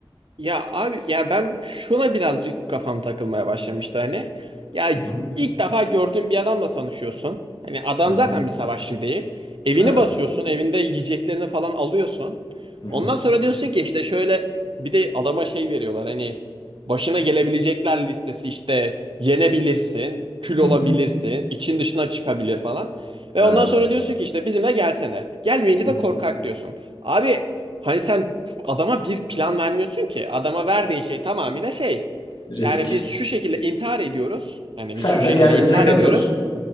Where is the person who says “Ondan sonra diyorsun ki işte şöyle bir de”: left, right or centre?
Right